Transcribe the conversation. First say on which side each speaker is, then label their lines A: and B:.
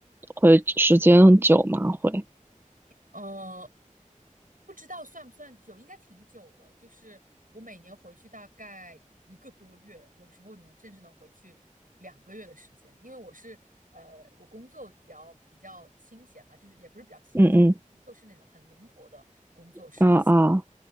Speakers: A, on the right; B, on the right.
A: 回时间久吗？回
B: 呃，不知道算不算久，应该挺久的，就是我每年回去大概一个多月，有时候能甚至能回去两个月的时间，因为我是呃我工作比较比较清闲嘛，就是也不是比较清闲，
A: 嗯
B: 就是那种很灵活的工作，是。
A: 嗯啊啊。